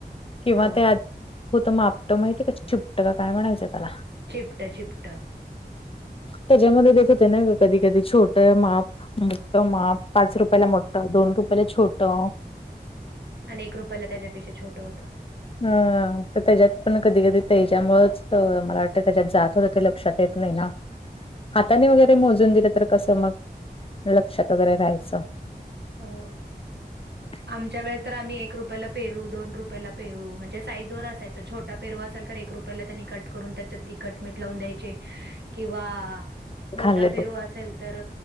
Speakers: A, on the left (about 35°); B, on the right (about 85°).
A: किंवा
B: हो.
A: ते आधी होत मापट माहितीय का, चिपट का काय म्हणायचं त्याला?
B: चिपट, चिपट. <unintelligible>
A: त्याच्यामध्ये देत होते ना कधी कधी, छोट माप, मॉथ माप. पाच रुपयाला मोठं, दोन रुपयाला छोटं. <unintelligible>
B: आणि एक रुपायाला त्याच्यापेक्षा छोटं होतं. <unintelligible>
A: ह तर त्याच्यात पण कधी कधी त्याच्यामुळेच मला वाटतं त्याच्यात जात होत ते लक्षात येत त नाही ना. <unintelligible> हाताने वगैरे मोजून दिलं तर कसं मग, लक्षात वगैरे राहायचं.
B: हू. <unintelligible>
A: <unintelligible> <unintelligible>
B: आमच्या वेळे तर आम्ही एक रुपयाला पेरू, दोन रुपयाला पेरू म्हणजे साईज वर असायचं छोट त पेरूवा असाल तर एक रुपयाला त्यांनी कट करून त्याच्यात तिकटमीठ लावून द्यायचे. त्या किंवा मोठा
A: खाल्ले
B: पेरू असेल तर